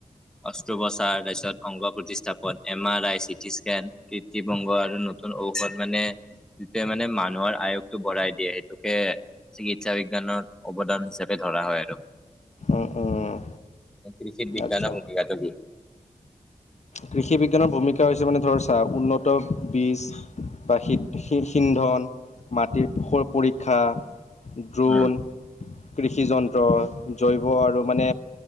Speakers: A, in the centre; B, on the left.
A: অষ্ট্ত্ৰো বচাৰছত অংগ প্ৰতিষ্ঠাপন M R I CT scan কৃত্তি বংগ আৰু নতুন ঔষধ মানে যেতিয়া মানে মানুহৰ আয়স ভৰাই দিয়ে সেইটোকে চিকিৎসা বিজ্ঞানৰ অৱদান হিচাপে ধৰা হয় আৰু-
B: অঁ অঁ
A: কৃষিত বিজ্ঞানৰ
B: আচ্ছা।
A: ভূমিকাটো কি?
B: কৃষি বিজ্ঞানৰ ভূমিকা হৈছে মানে ধৰচা উন্নত বীজ- বা শি সিন্ধন- মাটিৰ পুষৰ পৰীক্ষা দ্ৰোন-
A: উম।
B: কৃষি যন্ত্ৰ- জৈৱ আৰু মানে,